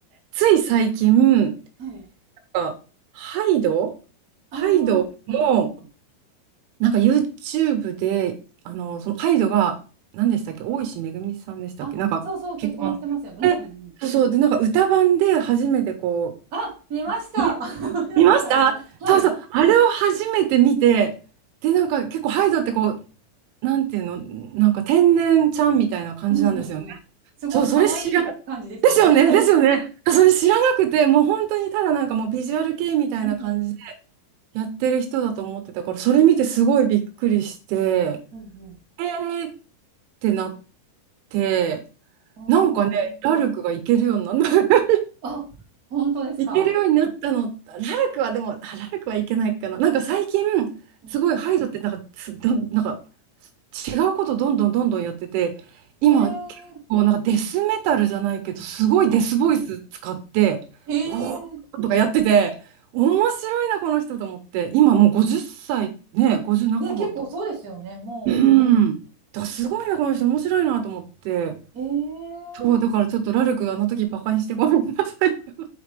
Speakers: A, on the right; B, on the right.
A: つい最近、なん
B: はい。
A: かハイド
B: ああ、
A: ハイドの、
B: うんうん。
A: なんか YouTube で、あの、そのハイドが、何でしたっけ、大石めぐみさんでしたっけ、
B: あ、
A: なんか結婚。
B: そうそう、結婚してますよね。
A: え、
B: うんうんうん。
A: そうそう、で、なんか歌版で初めてこ
B: あ、見ました。
A: う、ね、
B: <laughs> 見たことあります。
A: 見ましたそうそう、
B: はい。
A: あれを初めて見て、で、なんか結構ハイドってこう、なんていうの、なんか天然ちゃんみたいな感じなんですよね。
B: うんうんうん。すごい可愛い感じでしたよね。
A: そう、それ知ら、ですよね、
B: <laughs>
A: ですよね。それ知らなくて、もう本当にただなんかもうビジュアル系みたいな感じで
B: うんうん
A: やってる人だと思ってたから、それ見てすごいびっくりして。
B: うんうん。
A: えーってなって、
B: あー
A: なんかね、ラルクがいけるようになった。<laughs>
B: あ、本当ですか。
A: いけるようになったの。ラルクはでも、あラルクはいけないかな。なんか最近、
B: うん
A: すごいハイドってなんか、つな、なんか違うことどんどんどんどんやってて、今結構なんかデスメタルじゃないけど、
B: へえ。
A: すごいデスボイス使って、
B: あ、へえ。
A: うおーとかやってて、面白いな、この人と思って。今もう50歳、ね、50半ばとか。
B: ね、結構そうですよね、も
A: うん。だからすごいな、この人面白いなと思って。
B: う。へえ。
A: そう、だからちょっとラルクあの時バカにしてごめんなさいと